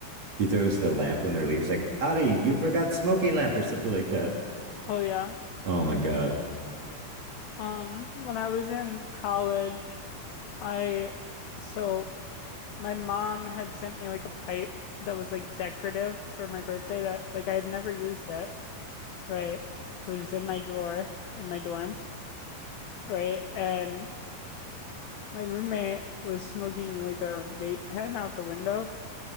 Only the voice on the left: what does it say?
Oh yeah.
Um, when I was in college, I so my mom had sent me like a pipe that was like decorative for my birthday that like I had never used it. right? It was just in my drawer in my dorm, right? And my roommate was smoking like a vape pen out the window,